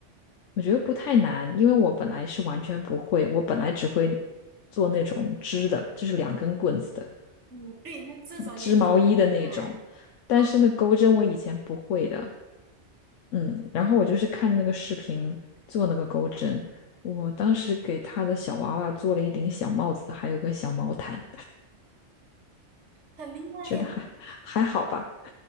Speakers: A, on the left; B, on the right.
A: 我觉得不太难，因为我本来是完全不会，我本来只会做那种织的，就是两根棍子的。
B: 嗯，对，那这种也是很厉害
A: 织毛衣的那种，但是那钩针我以前不会的，
B: 哦，
A: 嗯，然后我就是看着那个视频做那个钩针，我当时给他的小娃娃做了一顶小帽子，还有个小毛毯，
B: 很厉害耶。
A: 觉得还还好吧，